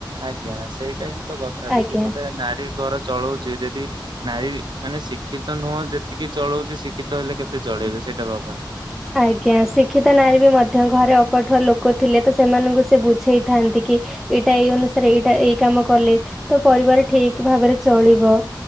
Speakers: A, on the right; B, in the centre.
A: ଆଜ୍ଞା! ସେଇଟା ହିଁ ତ କଥା ଯଦି
B: ଆଜ୍ଞା
A: ଗୋଟେ ନାରୀ ଘର ଚଳଉଛି, ଯଦି ନାରୀ ମାନେ ଶିକ୍ଷିତ ନୁହଁ, ଯେତିକି ଚଳଉଛି ଶିକ୍ଷିତ ହେଲେ କେତେ ଚଳେ ଇବେ ସେଇଟା ଭାବନ୍ତୁ।
B: ଆଜ୍ଞା! ଶିକ୍ଷିତ ନାରୀ ବି ମଧ୍ୟ ଘରେ ଅପଠୁଆ ଲୋକ ଥିଲେ ତ ସେମାନଙ୍କୁ ସେ ବୁଝେଇଥାନ୍ତି କି କି ଏଇଟା ଏଇ ଅନୁସାରେ ଏଇଟା ଏଇ କାମ କଲେ, ତ ପରିବାର ଠିକ ଭାବରେ ଚଳିବ।